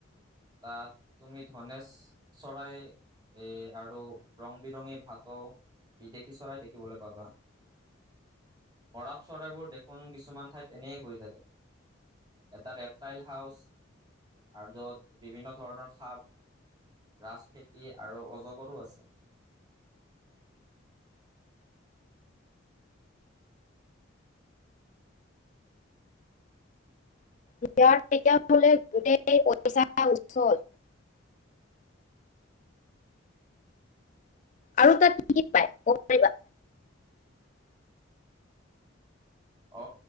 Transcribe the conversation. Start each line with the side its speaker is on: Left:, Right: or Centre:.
Right: তাত তুমি ধনেশ চৰাই এ আৰু ৰং বিৰঙী ভাটৌ বিদেশী চৰাই দেখিবলৈ পাবা বৰাপ চৰাইবোৰ দেখোন কিছুমান ঠাইত এনেই ঘূৰি থাকে এটা ৰেপটাইল হাউচ আৰু য'ত বিভিন্ন ধৰণৰ সাপ ৰাজফেতি আৰু অজগৰো আছে
Left: ইয়াৰ তেতিয়া হলে গোটেই পইচা উচল আৰু তাত কি কি পায় কব পাৰিবা
Right: অ